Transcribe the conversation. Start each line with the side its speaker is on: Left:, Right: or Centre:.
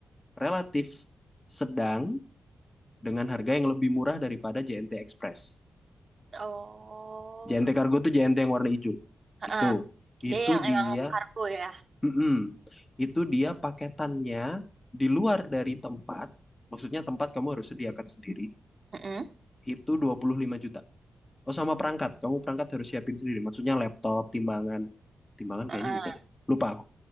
Left: relatif sedang dengan harga yang lebih murah daripada JNT Express.
Right: Oh,
Left: JNT Cargo itu JNT yang warna hijau.
Right: Heeh.
Left: Itu
Right: Dia
Left: itu
Right: yang
Left: dia
Right: emang kargo ya.
Left: Mm-mm. Itu dia paketannya di luar dari tempat, maksudnya tempat kamu harus sediakan sendiri,
Right: Mm-mm.
Left: itu 25 juta. Oh sama perangkat, kamu perangkat harus siapin sendiri, maksudnya laptop, timbangan. Timbangan
Right: Heeh.
Left: kayaknya udah deh, lupa aku.